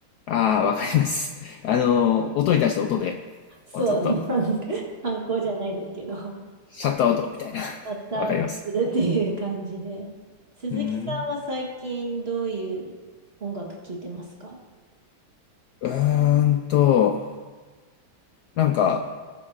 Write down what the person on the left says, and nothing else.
ああ、わかります。あの、音に対して音で、
もうちょっと、
シャットアウトみたいな。
<laughs> わかります。
うん。うーんと、なんか、